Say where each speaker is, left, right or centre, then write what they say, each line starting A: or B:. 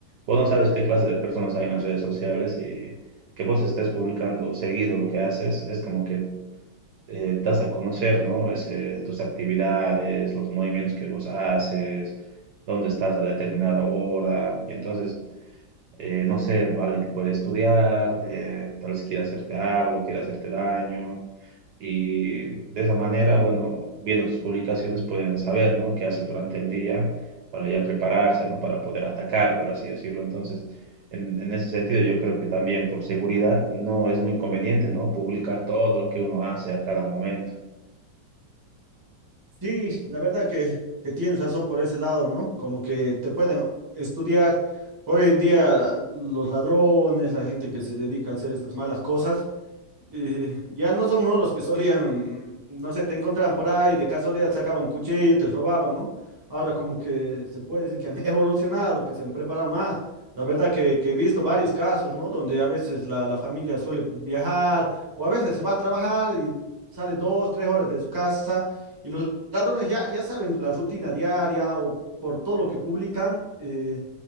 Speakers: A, on the right (about 70°); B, on the right (about 20°).
A: Vos no sabes qué clase de personas hay en las redes sociales y que vos estés publicando seguido lo que haces es como que eh, das a conocer, ¿no? Ese- tus actividades, los movimientos que vos haces, dónde estás a determinada hora y entonces eh, no sé, alguien te puede estudiar, eh, tal vez quiera hacerte algo, quiera hacerte daño. Y de esa manera, bueno, viendo tus publicaciones pueden saber, ¿no? qué haces durante el día para ya prepararse, ¿no? Para poder atacar, por así decirlo. Entonces, en, en ese sentido, yo creo que también por seguridad no es muy conveniente, ¿no? Publicar todo lo que uno hace a cada momento.
B: Sí, la verdad que, que tienes razón por ese lado, ¿no? Como que te pueden estudiar. Hoy en día los ladrones, la gente que se dedica a hacer estas malas cosas eh, ya no son ¿no? los que solían, no sé, te encontraban por ahí, de casualidad sacaban un cuchillo, te robaban, ¿no? Ahora como que se puede decir que han <laughs> evolucionado, que se han preparado más. La verdad que, que he visto varios casos, ¿no? Donde a veces la, la familia suele viajar o a veces se va a trabajar y sale dos, tres horas de su casa y los ladrones ya, ya saben la rutina diaria o por todo lo que publican, eh,